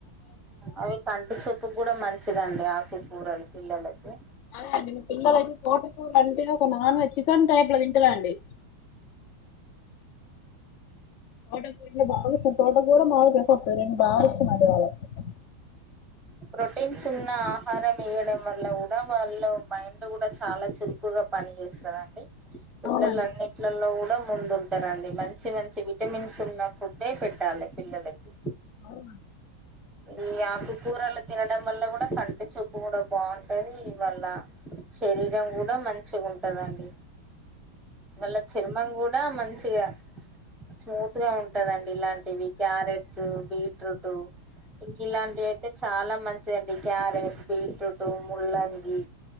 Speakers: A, in the centre; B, on the left.
A: అవి కంటి చూపు కూడా మంచిది దండి ఆకుకూరలు పిల్లలకి.
B: అదే అండి ఇంగ పిల్లలైతే తోటకురలు అంటేనే ఒక నాన్ వెెజ్ చెకెన్ టైప్ లో తిం కదా అండి తోట కూరలే బాగొస్తాయి తోట కూర మామొలుగ <unintelligible> మరి వాళ్ళ కోసం
A: ప్రోటీన్స్ ఉన్న ఆహారం ఏయడం వల్ల కూడా వాళ్ళు మైండ్ గూడా చాలా చురుకుగా పని చేేస్తుంది అండి పిల్లలు
B: అవునండి
A: అన్నింట్లలలో గూడ్ అన్నిటిలో ముందు ఉంటారు అండి మంచి మంచి విటమిన్స్ ఉన్న ఫుడ్డే పెట్టాలి పిల్లలకి
B: అవునా
A: ఈ ఆకుకూరలు తినడం వల్ల కుడా కంటి చూపు కూడా బాగుంటది, ఇవ్వాళ్ళ శరీరం గుడా మంచిగా ఉంటు టదండి మళ్ళ చర్మం కూడా మంచి గా స్మూత్ గా ఉంట్ ఉంటదండి ఇలాంటివి, క్యారెట్స్ బీట్రూట్ ఇంక ఇలాంటి అయితే చాలా మంచిదండి క్యారేట్ బీట్రూట్ ముల్లంగి.